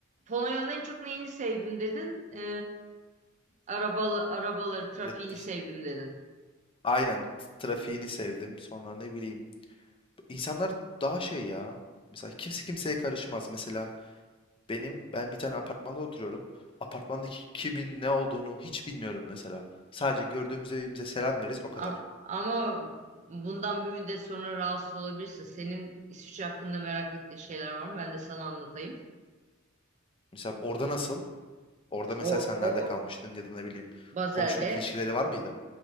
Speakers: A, on the right (about 35°); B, on the left (about 25°).
A: Polonya'nın en çok neyini sevdim dedin? Ee, arabalı, arabaları, trafiğini
B: Ya, işte
A: sevdim dedin.
B: Aynen t- trafiğini sevdim. Sonra ne bileyim. İnsanlar daha şey ya. Mesela kimse kimseye karışmaz. Mesela benim ben bir tane apartmanda oturuyorum. Apartmandaki kimin ne olduğunu hiç bilmiyorum mesela. Sadece gördüğümüzde birbirimize selam veririz o kadar.
A: A- ama bundan bir müddet sonra rahatsız olabilirsin. Senin İsviçre hakkında merak ettiğin şeyler var mı? Ben de sana anlatayım.
B: Mesela orada nasıl? Orada mesela
A: O,
B: sen
A: o,
B: nerede kalmıştın ya da ne bileyim
A: Bazel'de.
B: komşuluk ilişkileri var mıydı?